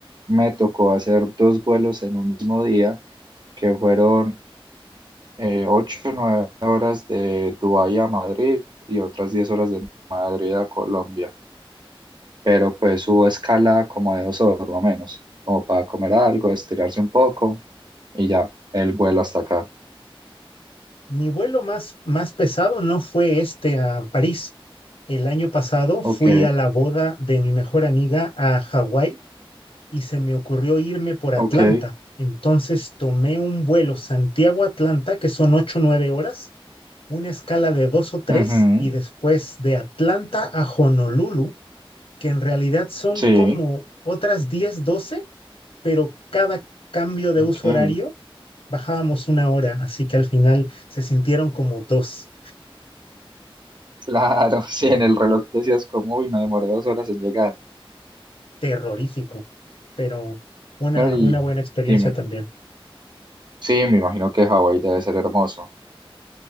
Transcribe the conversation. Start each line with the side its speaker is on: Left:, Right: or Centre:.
Right: me tocó hacer dos vuelos en un mismo día, que fueron eh, ocho o nueve horas de Dubái a Madrid y otras diez horas de Madrid a Colombia. Pero pues hubo escala como de dos horas o menos, como para comer algo, estirarse un poco y ya, el vuelo hasta acá.
Left: Mi vuelo más, más pesado no fue este a París. El año pasado
Right: Ok,
Left: fui a la boda de mi mejor amiga a Hawái y se me ocurrió irme por Atlanta.
Right: ok.
Left: Entonces tomé un vuelo Santiago-Atlanta, que son ocho o 9 horas, una escala de dos o tres,
Right: ujú,
Left: y después de Atlanta a Honolulu, que en realidad son
Right: Sí,
Left: como otras diez doce pero cada cambio de
Right: ok.
Left: uso horario bajábamos una hora, así que al final se sintieron como dos.
Right: Claro, <laughs> sí, en el reloj decías como, uy, me demoré dos horas en llegar.
Left: Terrorífico, pero una,
Right: No, y
Left: una buena experiencia
Right: dime,
Left: también.
Right: sí, me imagino que Hawái debe ser hermoso.